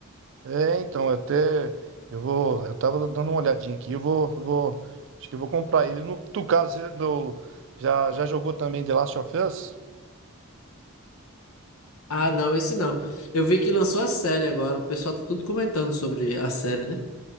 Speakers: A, on the right; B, on the left.
A: É, então, eu até. Eu vou. Eu tava dando uma olhadinha aqui. Eu vou. eu vou acho que eu vou comprar ele. No tu caso, você do, já, já jogou também The Last of Us?
B: Ah, não, esse não. Eu vi que lançou a série agora. O pessoal tá tudo comentando sobre a série, né?